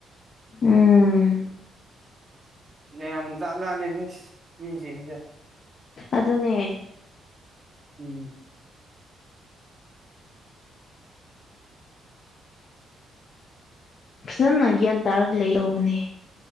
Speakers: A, on the left (about 55°); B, on the right (about 40°).
A: ꯎꯝ
B: ꯅꯩ ꯌꯥꯝ ꯖꯥꯠ ꯖꯥꯠꯅꯦꯍꯦ ꯃꯤꯖꯤꯡꯖꯦ
A: ꯑꯗꯨꯅꯦ
B: ꯎꯝ
A: ꯐꯖꯅ ꯒ꯭ꯌꯥꯟ ꯇꯥꯔꯒ ꯂꯩꯗꯧꯕꯅꯦ